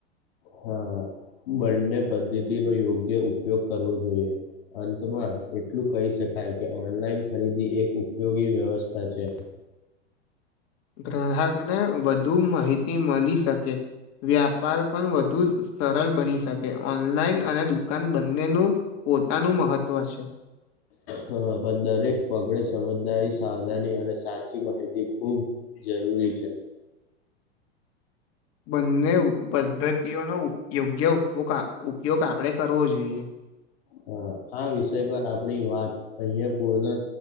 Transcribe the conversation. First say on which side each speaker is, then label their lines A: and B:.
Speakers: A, on the left (about 60°); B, on the left (about 45°).
A: હા બંને પદ્ધતિ નો યોગ્ય ઉપયોગ કરવો જોઈએ. અંતમાં એટલું કહી શકાય કે ઓનલાઈન ખરીદી એક ઉપયોગી વ્યવસ્થા છે.
B: <inaudible> ગ્રાહકને વધુ માહિતી મળી શકે. વ્યાપાર પણ વધુ સરળ બની શકે ઓનલાઈન અને દુકાન બંનેનું પોતાનું મહત્વ છે
A: હા પણ દરેક પગડે સમજદારી સાવધાની અને સાચી માહિતી ખૂબ જરૂરી છે.
B: બંને પદ્ધતિઓનો યોગ્ય ઉપયોગ આપણે કરવો જોઈએ.
A: હ આ વિષય પર આપણી વાત અયાં પૂર્ણ